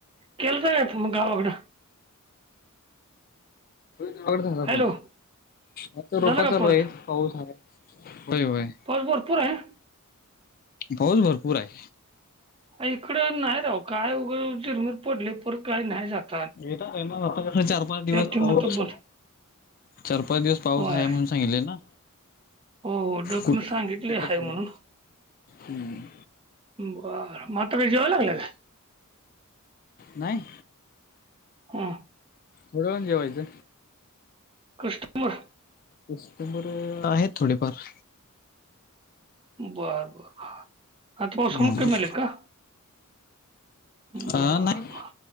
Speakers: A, on the right; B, on the left.
A: केलता काय फोन गावाकडं?
B: आवघड झालं
A: हॅलो
B: बघ. आता रोपा
A: झालं
B: चालू
A: का परत
B: हायित, पाऊस हाय, होय होय.
A: पाऊस भरपूर हाय.
B: पाऊस भरपूर हाय.
A: इकडं नाही राव. काय उगच झीरमीर पडलय, परत काही नाही झाल.
B: येणार हाये मग, आता कस चार पाच दिवस
A: ते
B: पाऊस
A: मात्र बन
B: चार पाच दिवस पाऊस
A: होय
B: हाय म्हणून सांगितले ना.
A: हो हो डक
B: कुठे
A: न सांगितले
B: पडेल तिकडे
A: हाय
B: पडेल
A: म्हणून
B: हम्म,
A: बार मग, आता काय जेवाय लागलाय काय?
B: नाही.
A: हुं.
B: थोड्या वेळानं जेवायचं.
A: कस्टमर
B: कस्टमर आहेत थोडेफार.
A: बर बर, आता मोसंबी
B: हम्म
A: कमी आलेत का? बर
B: अ नाही,
A: बर